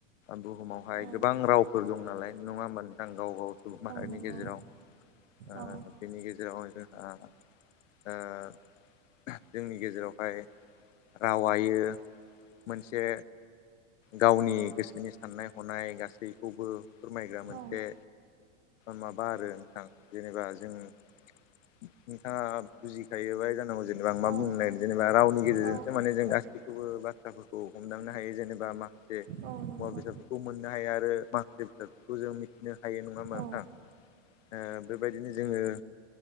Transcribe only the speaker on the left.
बुहुमावहाय
गोबां रावफोर दं नालाय नङा होमबा नोंथां गाव गाव सुबुं माहारिनि
गेजेराव‌ ओ
बेनि गेजेराव जोंहा ओ- जोंनि गेजेरावहाय रावायो मोनसे गावनि गोसोनि साननाय हनाय गासैखौबो फोरमायग्रा मोनसे
माबा आरो नोंथां जेनेबा जों नोंथाङा बुजिखायो बाय जानांगौ जेनेबा आं मा
बुंनो नागिरदों जेनेबा रावनि गेजेरजों
जों गासैखौबो बाथ्राफोरखौ हमदांनो हायो जेनेबा मा- से
मुवा बेसादफोरखौ मोननो हाया आरो माखासे बेसाद खौ जों मिथिनो हायो नङाहोमबा
नोंथां ओ बेबायदिनो जोङो